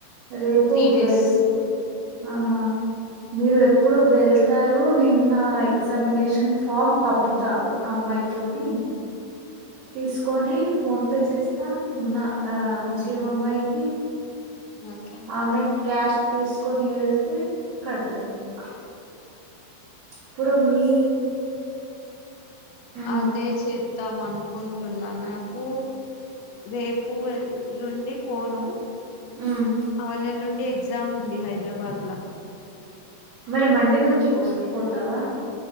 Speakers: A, on the right; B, on the left.
A: రేపు
B: త్రీ డేస్
A: వెల్త్ ఆహా మీరు ఎప్పుడు వెళ్తారు నేను నా ఎగ్జామినేషన్ ఫామ్ పంపుతా ఒకమ్ యితోటి తిసుకొని ఫోన్ పే చెస్త న ఆ ముస్లిం అమ్మాయికి
B: ఓకే
A: ఆమె క్యాష్ తిసుకొని వెళ్తే కడ్తది ఉచ్ ఇప్పుడు మీ ఉమ్
B: అదె చేద్దాం అనుకుంటున్నా నాకు రేపు ఎల్లుండి పోను
A: ఉమ్
B: అవలేలుండి ఎగ్జామ్ ఉంది హైదరాబాద్ లా
A: మరి మండే నుంచి పుస్ పోతావ